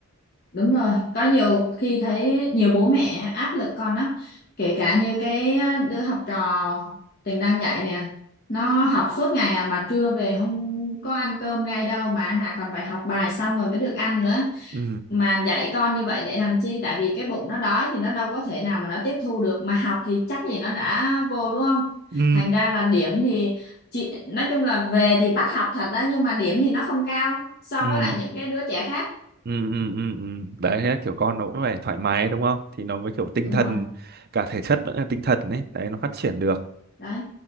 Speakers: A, on the left; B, on the right.
A: Đúng rồi, có nhiều khi thấy nhiều bố mẹ áp lực con lắm, kể cả như cái đứa học trò Tình đang dạy nè, nó học suốt ngày à mà trưa về không có ăn cơm ngay đâu mà Hà còn phải học bài xong rồi mới được ăn nữa.
B: ừ
A: Mà dạy con như vậy để làm chi? Tại vì cái bụng nó đói thì nó đâu có thể nào mà nó tiếp thu được, mà học thì chắc gì nó đã vô đúng không?
B: ừ
A: Thành ra là điểm thì chị nói chung là về thì bắt học thật đó nhưng mà điểm thì nó không cao so
B: ừ
A: với lại những cái đứa trẻ khác.
B: ừ ừ ừ ừ. đấy thế kiểu con nó cũng phải thoải mái đúng không thì nó mới kiểu tinh
A: Đúng
B: thần
A: rồi.
B: cả thể chất lẫn là tinh thần đấy đấy nó phát triển được
A: Đấy